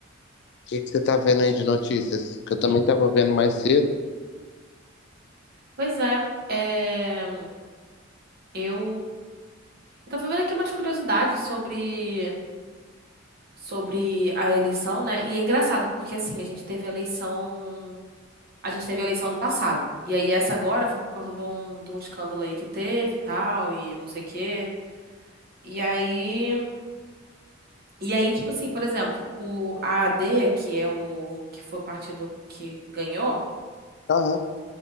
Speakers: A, on the left; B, on the right.
A: que que você tá vendo aí de notícias? Que eu também tava vendo mais cedo.
B: Pois é, é... Eu... eu tava vendo aqui umas curiosidades sobre... sobre a eleição, né? E é engraçado, porque assim, a gente teve eleição... A gente teve eleição ano passado. E aí essa agora foi por causa de um, de um escândalo aí que teve e tal, e não sei o quê. E aí... E aí, tipo assim, por exemplo, o AAD, que é o que foi o partido que ganhou,
A: Aham.